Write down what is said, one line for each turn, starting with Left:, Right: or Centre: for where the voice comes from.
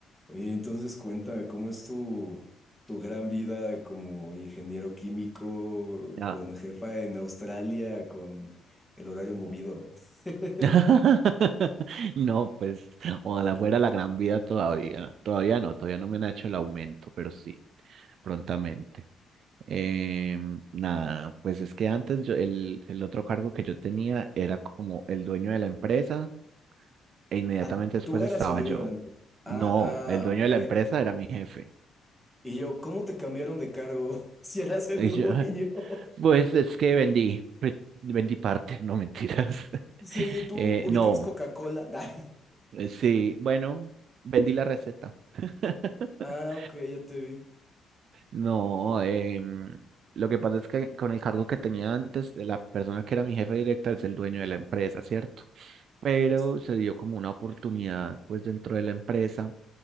Centre: Oye, entonces cuéntame, ¿cómo es tu, tu gran vida como ingeniero químico,
Right: Ah.
Centre: con jefa en Australia, con el horario movido? <laughs>
Right: <laughs> No, pues, ojalá fuera la gran vida todavía. Todavía no, todavía no me han hecho el aumento, pero sí, prontamente. Em, nada, pues es que antes yo, el, el otro cargo que yo tenía era como el dueño de la empresa e inmediatamente
Centre: Ah,
Right: después
Centre: tú eras
Right: estaba
Centre: el dueño
Right: yo.
Centre: de la empresa. Ah,
Right: No, el dueño
Centre: ah, ok.
Right: de la empresa era mi jefe.
Centre: Y yo, ¿cómo te cambiaron de cargo <laughs> si eras el
Right: Y yo,
Centre: dueño?
Right: <laughs>
Centre: <laughs>
Right: pues es que vendí, <laughs> vendí parte, no mentiras. <laughs>
Centre: Sí, tú
Right: Eh,
Centre: ubicas
Right: no.
Centre: Coca-Cola. <laughs> Nah.
Right: Eh, Sí, bueno, vendí la receta. <laughs>
Centre: Ah, ok, ya te vi.
Right: No, em, lo que pasa es que con el cargo que tenía antes, la persona que era mi jefe directa es el dueño de la empresa, ¿cierto? Pero
Centre: Sí.
Right: se dio como una oportunidad pues dentro de la empresa